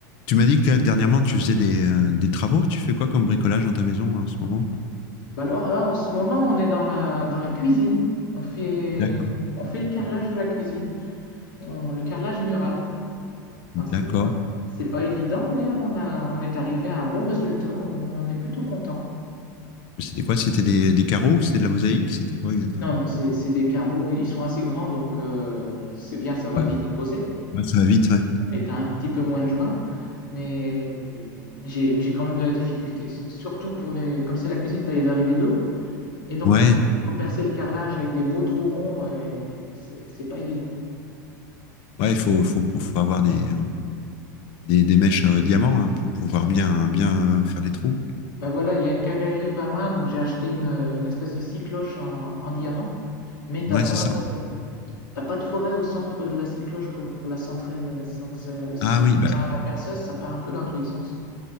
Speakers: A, on the left; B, on the left.
A: Tu m'as dit que t'as- dernièrement, tu faisais des, euh, des travaux. Tu fais quoi comme bricolage dans ta maison en ce moment?
B: Bah alors là, en ce moment, on est dans la, dans la cuisine. On fait,
A: D'accord.
B: on fait le carrelage de la cuisine, on- le carrelage mural.
A: D'accord.
B: Enfin, c'est pas, c'est pas évident, mais on a, on est arrivé à un bon résultat. On, en est plutôt content.
A: C'était quoi? C'était des, des carreaux? C'était de la mosaïque? C'était quoi exactement?
B: Non, non, c'est c'est des carreaux, ils sont assez grands, donc euh, c'est bien, ça va
A: Ouais.
B: vite à poser.
A: Ouais, ça va vite, ouais.
B: Et t'as un petit peu moins de joints, mais, mais j'ai mais j'ai quand même de la difficulté. Surtout pour les, comme c'est la cuisine, t'as les arrivées d'eau, et donc
A: Ouais,
B: faut, faut percer le carrelage avec des beaux trous ronds, et c'est c'est pas évident.
A: ouais, il faut, faut, faut avoir des, euh, des, des mèches euh, diamants là, pour pouvoir bien, bien euh, faire des trous.
B: Bah voilà, il y a une quincaillerie pas loin, donc j'ai acheté une, une espèce de cycloche en, en diamant, mais t'as
A: Ouais,
B: pas
A: c'est ça.
B: de, t'as pas de forêt au centre de la cycloche pour, pour la centrer, euh, donc ça- si
A: Ah
B: tu
A: oui, bah,
B: tiens la perceuse, ça part un peu dans tous les sens.